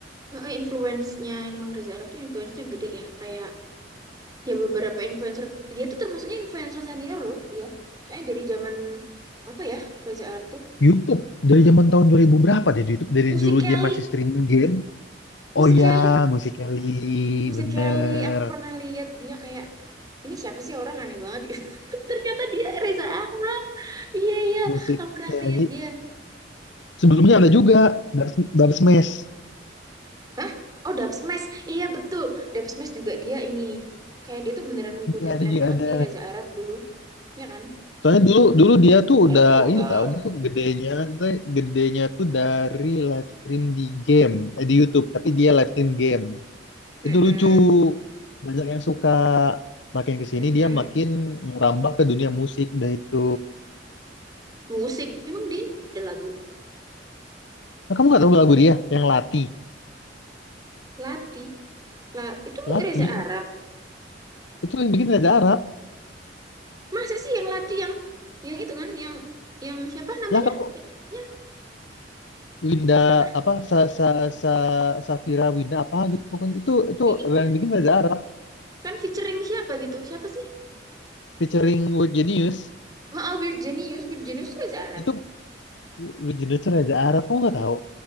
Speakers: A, on the right; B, on the left.
A: eh, influence-nya emang Reza Arab tuh influence-nya gede ya. Kayak ya beberapa influencer, dia tuh termasuknya influencer senior loh dia. Soalnya dari zaman apa ya Reza Arab tuh?
B: YouTube dari zaman tahun 2000 berapa deh YouTube dari
A: Musik
B: dulu
A: Kelly,
B: dia masih streaming game
A: musik
B: oh
A: Kelly,
B: ya musik Kelly
A: musik
B: bener
A: Kelly. Aku pernah lihat dia kayak ini siapa sih orang aneh banget gitu. <laughs> Tapi ternyata dia Reza Arab. Iya iya,
B: musik
A: aku pernah
B: Kelly
A: lihat dia.
B: sebelumnya ada juga dari dari Smash
A: Hah? Oh, Dub Smash. Iya, betul. Dub Smash juga dia ini. Kayak dia tuh beneran ngikutin
B: iya ada
A: tren
B: juga
A: banget
B: ada
A: sih Reza Arab dulu. Iya kan?
B: soalnya dulu dulu dia tuh
A: Dia
B: udah
A: tuh udah
B: ini tau dia tuh gedenya gedenya tuh dari live stream di game eh, di YouTube tapi dia live stream game
A: Mm-mm.
B: Itu lucu. Banyak yang suka. Makin ke sini
A: Mm-mm.
B: dia makin ngerambah ke dunia musik dah itu.
A: Musik. Emang dia ada lagu
B: Nah, kamu nggak tahu lagu dia yang Lati.
A: Lati. La itu
B: Lati
A: Reza Arab.
B: itu yang bikin Reza Arab.
A: Masa sih yang Lati yang yang itu kan yang yang siapa namanya?
B: Lah kamu
A: Penyanyinya
B: Winda
A: siapa?
B: apa sa sa sa Safira Winda apa gitu pokoknya itu itu
A: Ini
B: yang bikin Reza Arab
A: kan featuring siapa gitu? Siapa sih?
B: featuring World Genius
A: Maaf, Weird Genius. Weird Genius itu Reza Arab.
B: itu World Genius itu Reza Arab kamu nggak tahu